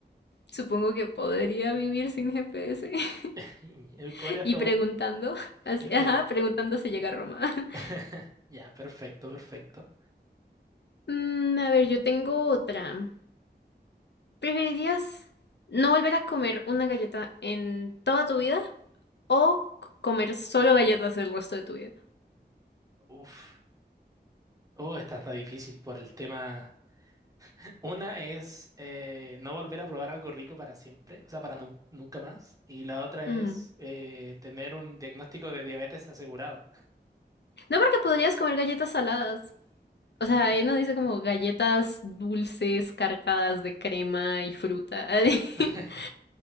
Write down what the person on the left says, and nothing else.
supongo que podría vivir sin GPS <laughs>
y
preguntando, así,
ajá, preguntando si llega a Roma. <laughs>
Mm, a ver, yo tengo otra. ¿Preferirías no volver a comer una galleta en toda tu vida o c- comer solo galletas el resto de tu vida?
Mm.
No, porque podrías comer galletas saladas. O sea,
ahí no dice como galletas dulces cargadas de crema y fruta.
<laughs>